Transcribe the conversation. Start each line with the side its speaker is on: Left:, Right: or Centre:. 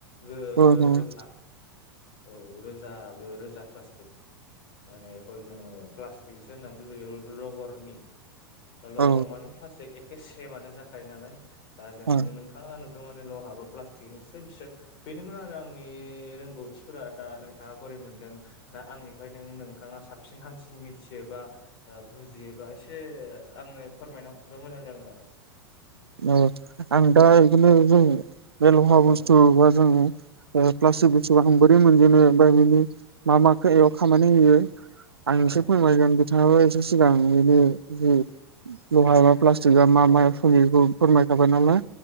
Left: गो
Right: औ
Left: गो
Right: नंगौ
Left: रोजा औ रोजा बे रोजा प्लास्टिक माने बेखौ जोङो प्लास्टिकसो होननानै बुजायो रबरनि रबर
Right: औ
Left: मानो एखे सेमानो जाखायो नालाय दा जों
Right: औ
Left: नोंथाङा लहाबो बिस बेनोमोन आरो आंनि रोंगौथिफोरा दा नोंथाङा बारै मोनदों ना आंनिफ्राय न नोंथाङा साबसिन हामसिन मिथियोबा बुजियोबा एसे आंनो फोरमायना हरबा मोजां जागोन आरो
Right: औ आं दा बिदिनो जों बे लहा
Left: औ
Right: बुस्थु बा जोङो प्लास्टिक बस्थुखौ जों बोरै मोनजेनो बा ओमफ्राय बिनि मा माखौ एयाव खामानि होयो आं
Left: औ
Right: एसे फोरमायगोन बिथाङाबो एसे सिगां बेदिनो जों लहायाव प्लास्टिक आ मा
Left: औ
Right: मा फैयो फोरमायखाबाय नालाय